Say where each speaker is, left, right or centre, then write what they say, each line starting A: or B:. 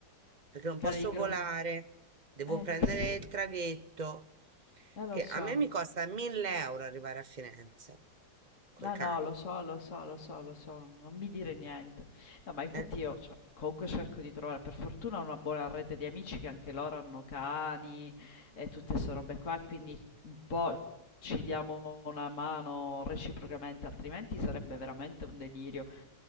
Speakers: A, on the right; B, on the left.
A: perché non
B: Cane
A: posso
B: di grosso...
A: volare, devo
B: Eh
A: prendere
B: sì, eh
A: il traghetto,
B: lo
A: che
B: so.
A: a me mi costa 1000 euro arrivare a Firenze, coi
B: No,
A: cani.
B: no, lo so, lo so, lo so, lo so, non mi dire niente. No, ma infatti
A: Eh,
B: io cioè, comunque cerco di trovare per fortuna una buona rete di amici che anche loro hanno cani e tutte queste robe qua, quindi un po' ci diamo una mano reciprocamente, altrimenti sarebbe veramente un delirio.